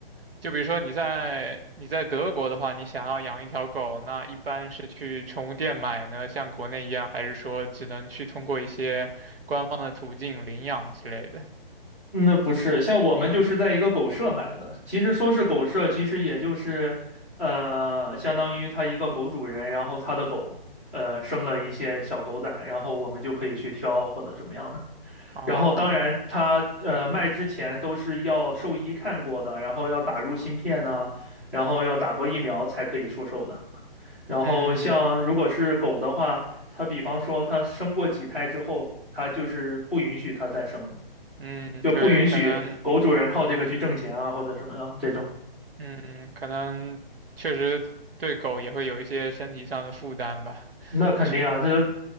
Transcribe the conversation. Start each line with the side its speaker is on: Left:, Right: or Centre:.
Right: 就比如说你在你在德国的话，你想要养一条狗，那一般是去宠物店买呢，像国内一样，还是说只能去通过一些官方的途径领养之类的？
Centre: 嗯那不是像我们就是在一个狗舍买的，其实说是狗舍，其实也就是，呃，相当于他一个狗主人，然后他的狗，呃，生了一些小狗仔，然后我们就可以去挑或者什么样的。
Right: 哦，
Centre: 然后当然它呃卖之前都是要兽医看过的，然后要打入芯片呐、然后要打过疫苗才可以出售的。然后像如果是狗的话，
Right: 嗯
Centre: 它比方说它生过几胎之后，它就是不允许它再生了
Right: 嗯，
Centre: 就不允许狗主人靠这个去挣钱啊或者什么样这种。
Right: 对，可能，嗯，可能确实对狗也会有一些身体上的负担吧。
Centre: 那肯定啊，
Right: <laughs>
Centre: 这